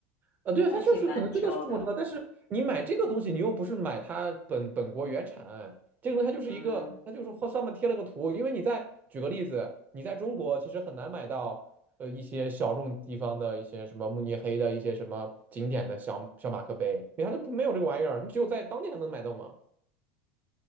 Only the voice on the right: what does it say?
啊，对啊，
它确实可能真的是中国制造，但是你买这个东西，你又不是买它本本国原产，这个东西它就是一个，
它就是后上面贴了个图。因为你在举个例子，你在中国其实很难买到呃一些小众地方的一些什么慕尼黑的一些什么景点的小小马克杯，因为它就不没有这个玩意儿，你只有在当地才能买到嘛。